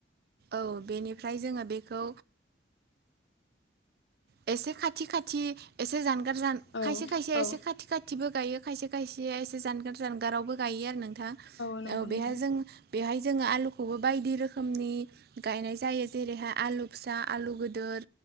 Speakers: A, on the right; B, on the left.
A: औ बेनिफ्राय जोङो बेखौ एसे खाथि खाथि एसे जानगार जान
B: औ
A: खायसे खायसे
B: औ
A: एसे खाथि खाथि थिबो गायो खायसे खायसे एसे जानगार जानगारावबो गायो आरो नोंथां
B: नंगौ
A: औ
B: नोंथां
A: बेहाय जों बेहाय जोङो आलुखौबो बायदि रोखोमनि गायनाय जायो जेरैहाय आलु फिसा आलु गदोर